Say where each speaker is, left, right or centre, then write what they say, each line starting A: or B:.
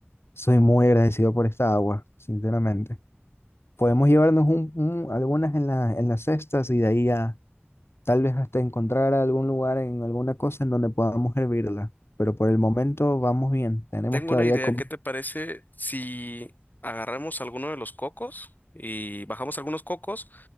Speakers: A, on the left; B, on the left.
A: soy muy agradecido por esta agua, sinceramente. Podemos llevarnos un- un- algunas en la- en las cestas y de ahí a tal vez hasta encontrar algún lugar en alguna cosa en donde podamos hervirla. Pero por el momento vamos bien. Tenemos
B: Tengo
A: todavía
B: una idea.
A: como...
B: ¿Qué te parece si agarramos alguno de los cocos y bajamos algunos cocos,